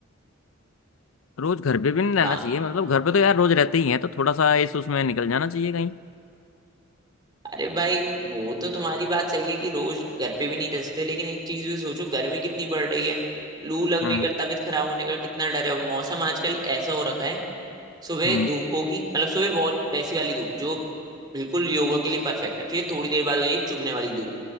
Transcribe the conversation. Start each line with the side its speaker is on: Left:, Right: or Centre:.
Left: रोज घर पे भी नहीं रहना
Right: है
Left: चाहिए मतलब घर पे तो यार रोज रहते ही हैं तो थोड़ा सा इस उसमें निकल जाना चाहिए कहीं
Right: अरे भाई वो तो तुम्हारी बात सही है कि रोज घर पे भी नहीं रह सकते लेकिन एक चीज भी सोचो गर्मी कितनी बढ़ रही है लू लगने
Left: हम्म
Right: का तबीयत खराब होने का कितना डर है और मौसम आजकल ऐसा हो रखा है सुबह
Left: हम्म
Right: धूप होगी मतलब सुबह बहुत वैसी वाली धूप जो बिल्कुल योगा के लिए परफेक्ट है फिर थोड़ी देर बाद हो जाएगी चुभने वाली धूप